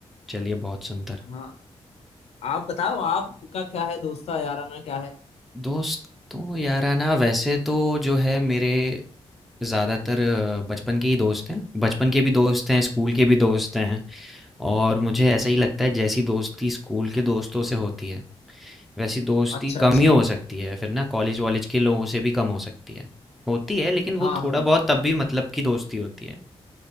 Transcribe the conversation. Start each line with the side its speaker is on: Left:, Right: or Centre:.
Centre: चलिए बहुत सुंदर
Left: हाँ आप बताओ आपका क्या है दोस्ता याराना क्या है
Centre: दोस्तों याराना वैसे तो जो है मेरे ज़्यादातर अ, बचपन के ही दोस्त हैं बचपन के भी दोस्त हैं स्कूल के भी दोस्त हैं और मुझे ऐसा ही लगता है जैसी दोस्ती स्कूल के दोस्तों से होती है वैसी दोस्ती
Left: अच्छा
Centre: कम
Left: अच्छा
Centre: ही हो सकती है फिर ना कॉलेज वॉलेज के लोगों से भी कम हो सकती है होती है लेकिन वो
Left: हाँ हाँ
Centre: थोड़ा बहुत तब भी मतलब की दोस्ती होती है